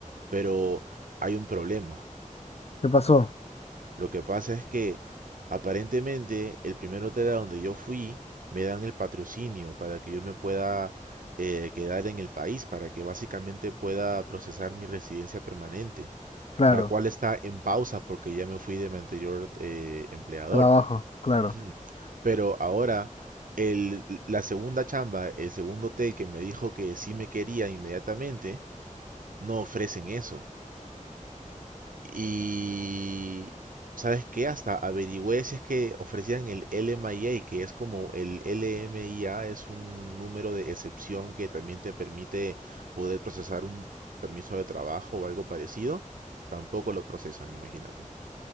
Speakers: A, on the right; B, on the left.
A: Pero hay un problema.
B: ¿Qué pasó?
A: Lo que pasa es que aparentemente el primer hotel a donde yo fui me dan el patrocinio para que yo me pueda eh, quedar en el país, para que básicamente pueda procesar mi residencia permanente,
B: Claro,
A: la cual está en pausa porque ya me fui de mi anterior eh, empleador.
B: trabajo, claro.
A: Ujú. Pero ahora, el, la segunda chamba, el segundo hotel que me dijo que sí me quería inmediatamente, no ofrecen eso. Y, ¿sabes qué? Hasta averigüé si es que ofrecían el LMIA, que es como el LMIA, es un número de excepción que también te permite poder procesar un permiso de trabajo o algo parecido. Tampoco lo procesan, imagínate.